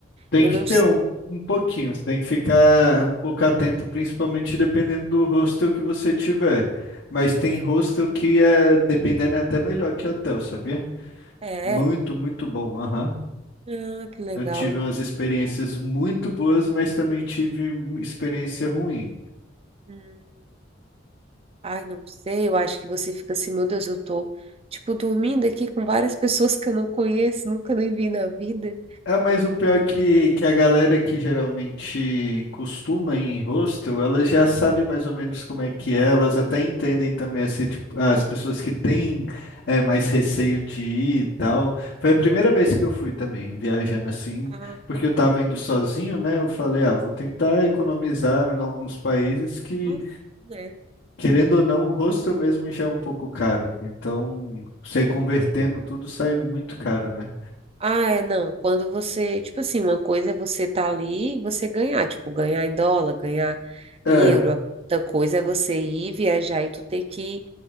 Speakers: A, on the left; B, on the right.
A: Tem
B: Eu
A: que
B: não
A: ter
B: sei.
A: um, um pouquinho, você tem que ficar um pouco atento, principalmente dependendo do hostel que você tiver. Mas tem
B: É,
A: hostel que é, dependendo, é até melhor que hotel, sabia?
B: é.
A: Muito, muito bom. Aham.
B: Ah, que legal.
A: Eu tive umas experiências muito boas, mas também tive uma experiência ruim.
B: Hum, ai, não sei, eu acho que você fica assim, meu Deus, eu tô, tipo, dormindo aqui com várias pessoas que eu não conheço, nunca nem vi na vida.
A: É, mas o pior é que, que a galera que geralmente costuma ir em hostel, elas já sabem mais ou menos como é que é, elas até entendem também assim, tipo, as pessoas que têm é, mais receio de ir e tal. Foi a primeira vez que eu fui também, viajando assim,
B: Ah,
A: porque eu tava indo sozinho, né? Eu falei, ah, vou tentar economizar em alguns países que,
B: assim, né?
A: querendo ou não, o hostel mesmo já é um pouco caro. Então, você convertendo tudo sai muito caro, né?
B: Ah, é, não. Quando você, tipo assim, uma coisa é você estar ali e você ganhar, tipo, ganhar em dólar, ganhar
A: É,
B: em euro. Outra coisa é você ir viajar e tu ter que